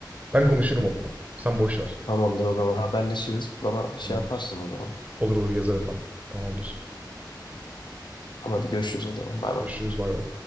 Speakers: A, on the right; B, on the left.
A: Ben konuşurum onunla. Sen boş ver.
B: Tamamdır o zaman haberleşiriz. Bana şey
A: Tamamdır.
B: yaparsın o zaman.
A: Olur olur yazarım ben. Tamamdır.
B: Tamam hadi görüşürüz o zaman bay bay.
A: Görüşürüz bay bay.